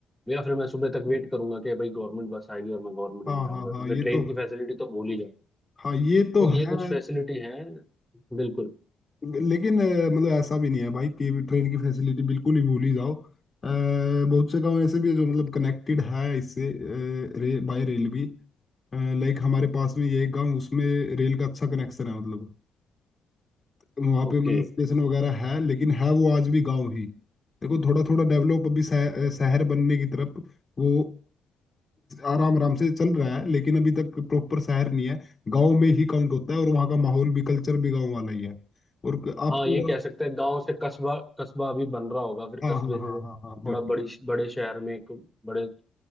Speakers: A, in the centre; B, on the left.
A: या फिर मैं सुबह तक वेट करूंगा कि भाई गवर्नमेंट बस आएगी और मैं गवर्नमेंट
B: हाँ
A: में जाऊंगा
B: हाँ हाँ
A: क्योंकि
B: ये
A: ट्रेन
B: तो
A: की फैसिलिटी
B: है
A: तो भूल ही जाओ
B: हाँ ये तो
A: तो ये
B: है
A: कुछ फैसिलिटी हैं बिल्कुल
B: लेकिन अ, मतलब ऐसा भी नहीं है भाई कि ट्रेन की फैसिलिटी बिल्कुल ही भूल ही जाओ अ, बहुत से गांव ऐसे भी है जो मतलब कनेक्टेड है इससे रे, बाय रेल भी लाइक हमारे पास में ये एक गांव उसमें रेल का अच्छा कनेक्शन है मतलब वहाँ पे
A: ओके
B: मतलब स्टेशन वगैरह है लेकिन है वो आज भी गांव ही देखो थोड़ा थोड़ा डेवलप अभी शह- शहर बनने की तरफ वो आराम आराम से चल रहा है लेकिन अभी तक प्रॉपर शहर नहीं है गांव में ही काउंट होता है और वहाँ का माहौल भी कल्चर भी गांव वाला ही है और क- आपको
A: हाँ ये कह सकते हैं गांव से कस्बा कस्बा अभी बन रहा होगा फिर
B: हाँ
A: कस्बे
B: हाँ हाँ
A: से थोड़ा
B: हाँ हाँ बिल्कुल
A: बड़ी बड़े शहर में एक बड़े